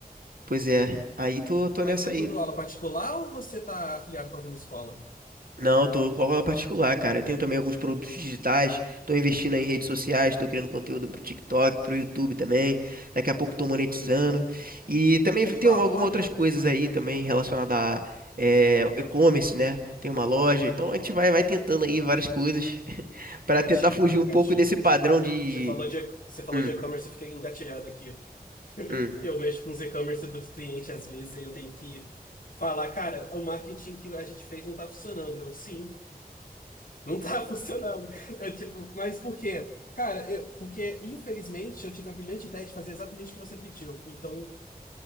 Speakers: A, on the right; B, on the left.
A: Pois é, aí tô, tô
B: Mas
A: nessa
B: é
A: aí.
B: tudo aula particular ou você tá afiliado com alguma escola?
A: Não, eu tô com aula particular, cara. Eu tenho também alguns produtos digitais, tô investindo aí em redes sociais, tô criando conteúdo pro TikTok, pro YouTube também. Daqui a pouco tô monetizando. E também
B: Que
A: tem
B: da
A: algumas
B: hora!
A: outras coisas aí também relacionadas a eh, e-commerce, né? Tem uma loja. Então
B: Uhum.
A: a gente vai, vai tentando aí várias coisas <laughs> para
B: Gatilho,
A: tentar fugir um
B: gatilho.
A: pouco desse padrão de.
B: Você falou de, você falou
A: Hum,
B: de e-commerce, eu fiquei engatilhado aqui.
A: hum.
B: Que eu mexo com os e-commerce dos clientes às vezes e eu tenho que falar, cara, o marketing que a gente fez não tá funcionando. Eu, sim. Não tá <laughs> funcionando. É tipo, mas por quê? Cara, eu- porque infelizmente eu tive a brilhante ideia de fazer exatamente o que você pediu. Então